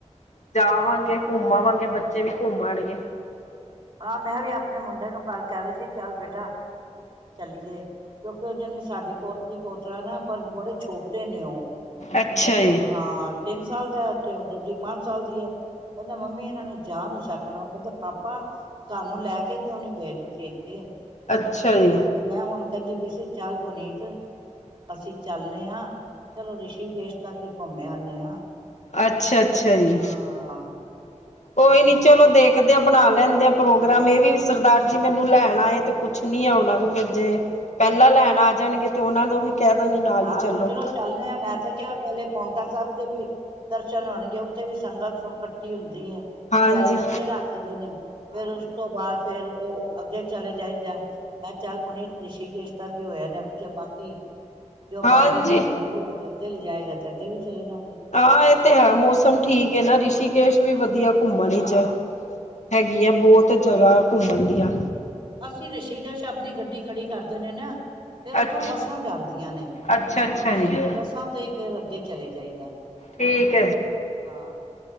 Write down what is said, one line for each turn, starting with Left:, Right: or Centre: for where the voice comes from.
Left: ਜਾਵਾਂਗੇ ਘੁੰਮ ਆਂਵਾਂਗੇ ਬੱਚੇ ਵੀ ਘੁੰਮ ਆਉਣਗੇ
Right: ਹਾਂ, ਮੈਂ ਵੀ ਆਪਨੇ ਮੁੰਡੇ ਨੂੰ ਕੱਲ ਕਹਿ ਰਹੀ ਸੀ, ਚੱਲ ਬੇਟਾ ਚੱਲੀਏ, ਕਿਉਂਕਿ ਉਹ ਦਿਨ ਸਾਡੇ ਪੋਤੀ ਪੋਤਰਾ ਨਾ ਪਰ ਬੜੇ ਛੋਟੇ ਨੇ ਉਹ
Left: ਅੱਛਾ
Right: ਹਾਂ
Left: ਜੀ।
Right: ਤਿੰਨ ਸਾਲ ਦਾ ਤੇ ਉਹ ਦੂਜੀ ਪੰਜ ਸਾਲ ਦੀ ਹੈ, ਕਹਿੰਦਾ ਮੰਮੀ ਇਹਨਾ ਨੇ ਜਾ ਨੀ ਸਕਣਾ ਉਹ ਕਹਿੰਦੇ ਪਾਪਾ ਸਾਨੂੰ ਲੈ ਕੇ ਕਿਉਂ ਨਹੀਂ ਗਏ ਤੁਸੀਂ ਇੱਥੇ।
Left: ਅੱਛਾ ਜੀ,
Right: ਤੇ ਮੈਂ ਹੁਨ ਕਹਿੰਦੀ ਵਿਸੀ ਚਲ ਪੁਨੀਤ, ਅਸੀਂ ਚਲਨੇ ਆਂ ਚਲੋ ਰਿਸ਼ੀਕੇਸ਼ ਤੱਕ ਈ ਘੁੰਮ ਆਨੇ ਆਂ,
Left: ਅੱਛਾ ਅੱਛਾ ਜੀ।
Right: ਹਾਂ
Left: ਕੋਈ ਨੀ ਚਲੋ ਦੇਖਦੇ ਆ ਬਣਾ ਲੈਂਦੇ ਆ ਪ੍ਰੋਗਰਾਮ ਏ ਵੀ ਸਰਦਾਰ ਜੀ ਮੈਨੂੰ ਲੈਣ ਆਏ ਤੇ ਪੁੱਛਨੀ ਆ ਉਨਾਂ ਨੂੰ ਫਿਰ ਜੇ ਪਹਿਲਾਂ ਲੈਨ ਆ ਜਾਣਗੇ ਤੇ ਉਨਾਂ ਨੂੰ ਵੀ ਕਹਿਦਾਂਗੀ ਨਾਲ ਈ
Right: ਆਪ
Left: ਚੱਲੋ।
Right: ਪੁੱਛ ਲੋ ਚੱਲਣੇ ਆ ਮੈਂ ਤਾਂ ਕਿਹਾ ਪਹਿਲੇ ਪੌਂਟਾ ਸਾਹਿਬ ਦੇ ਵੀ ਦਰਸ਼ਨ ਹੋਣਗੇ ਉੱਥੇ ਵੀ ਸੰਗਤ ਇਕੱਠੀ ਹੁੰਦੀ
Left: ਹਾਂਜੀ,
Right: ਪਹਿਲੇ ਉੱਥੇ
Left: ਹਾਂਜੀ।
Right: ਰੱਖਦੇ ਨੇ ਫੇਰ ਉਸ ਤੋਂ ਬਾਦ ਫੇਰ ਉਹ ਅੱਗੇ ਚਲੇ ਜਾਈਦਾ, ਮੈਂ ਚੱਲ ਪੁਨੀਤ ਰਿਸ਼ੀਕੇਸ਼ ਦਾ ਕੀ ਹੋਇਆ ਨੇ ਬਾਕੀ ਜੋ
Left: ਹਾਂਜੀ,
Right: ਬਾਬੇ ਨੂੰ ਮਨਜੂਰ ਹੈ ਤੇ ਅੱਗੇ ਲਿਜਾਏਗਾ, ਤੇ ਅੱਗੇ ਵੀ ਚਲੇ ਜਾਂਗੇ।
Left: ਹਾਂ ਇਹ ਤੇ ਹੈ ਮੌਸਮ ਠੀਕ ਨਾ ਰਿਸ਼ੀਕੇਸ਼ ਵੀ ਵਧੀ ਵਧੀਆ ਘੁੰਮਣ ਵਿਚ ਹੈਗੀ ਹੈ, ਬੋਤ ਜਗ੍ਹਾ ਘੁੰਮਣ ਦੀਆਂ
Right: ਅਸੀ ਰਿਸ਼ੀਕੇਸ਼ ਅਪਨੀ ਗੱਡੀ ਖੜੀ ਕਰ ਦਿੰਨੇ ਨਾ। ਫੇਰ ਉੱਥੋਂ
Left: ਅੱਛਾ,
Right: ਬਸਾਂ ਜਾਂਦੀਆਂ ਨੇ,
Left: ਅੱਛਾ ਅੱਛਾ
Right: ਅਸੀਂ
Left: ਜੀ।
Right: ਉਸ ਬਸਾਂ ਤੇ ਹੀ ਫਿਰ ਅੱਗੇ ਚਲੇ ਜਾਈਦਾ
Left: ਠੀਕ
Right: ਆ।